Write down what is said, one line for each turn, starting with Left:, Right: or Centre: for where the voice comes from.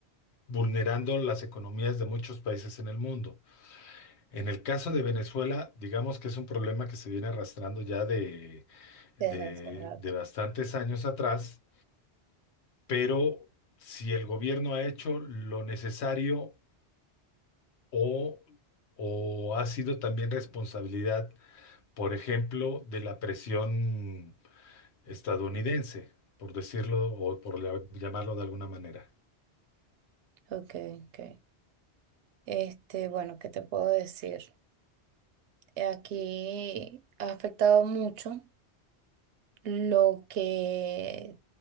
Left: vulnerando las economías de muchos países en el mundo. En el caso de Venezuela, digamos que es un problema que se viene arrastrando ya de, de,
Right: Desde hace rato.
Left: de bastantes años atrás, pero si el gobierno ha hecho lo necesario o, o ha sido también responsabilidad, por ejemplo, de la presión estadounidense, por decirlo o por la- llamarlo de alguna manera.
Right: Ok, ok. Este, bueno, ¿qué te puedo decir? Aquí ha afectado mucho lo que